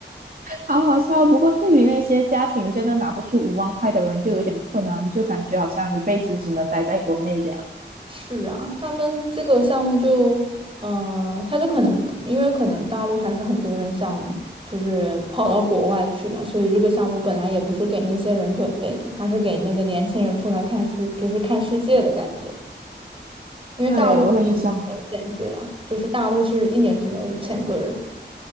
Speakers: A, on the right; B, on the right.
A: 好好笑，不过对于那些家庭真的拿不出五万块的人，就有点困难，就感觉好像一辈子只能待在国内这样。
B: 是啊，他们这个项目就，嗯，他就可能不，因为可能大陆还是很多人想就是跑到国外去嘛，所以这个项目本来也不是给那些人准备的，他是给那个年轻人出来看世，就是看世界的感觉。因为大陆还有
A: 对，我也是这样觉
B: 限制啦，就是大陆是一年只能五千个人。